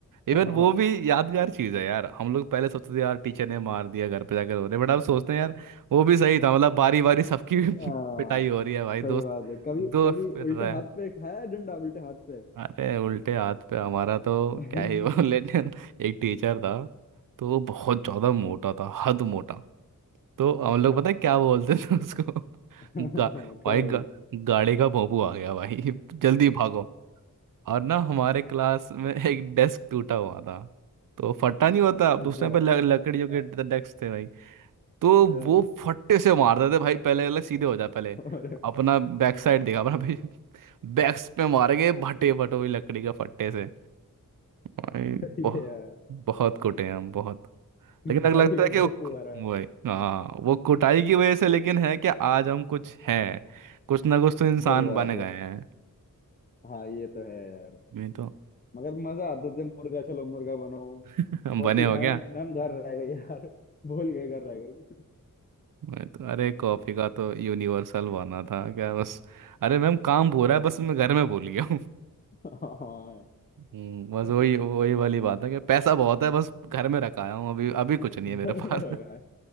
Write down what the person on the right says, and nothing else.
इवन
वो भी यादगार चीज है यार हम लोग पहले सोचते थे यार टीचर ने मार दिया घर पे जाकर रो रहे बट अब सोचते हैं यार वो भी सही था मतलब बारी बारी सबकी
<laughs> पिटाई हो रही है भाई दोस्त
दोस्त
फिर
रहे हैं
अरे उल्टे हाथ पे हमारा तो
क्या ही वो <laughs> लेकिन एक टीचर था तो वो बहुत ज़्यादा मोटा था हद मोटा तो हम
लोग पता है क्या बोलते थे उसको <laughs>
गा,
भाई
गा, गाड़ी का भोंपू आ गया भाई जल्दी भागो और ना हमारे क्लास में एक डेस्क टूटा हुआ था तो फटा नहीं होता दूसरे
पे ल- लकड़ियों के
डेस्क थे तो
वो फट्टे से मार देते भाई पहले अलग सीधे हो जाए पहले
अपना बैक साइड देखा अपना भाई बैक्स पे मारेंगे भटे भटो ही लकड़ी का फट्टे से भाई
बहुत
बहुत कुटे हैं हम बहुत लेकिन
अगर लगता
है कि वो
वही हाँ वो कुटाई की वजह से लेकिन है कि आज हम कुछ हैं कुछ ना कुछ तो इंसान
बन
गए हैं
नहीं तो
<laughs> हम
बने हो
क्या
मैं तो अरे कॉफी का तो यूनिवर्सल बना था क्या बस अरे मैम काम पूरा है बस मैं घर में भूल गया
हम्म,
बस वही वही
वाली बात है कि पैसा बहुत है बस घर में रखाया हूँ अभी अभी कुछ नहीं
है मेरे पास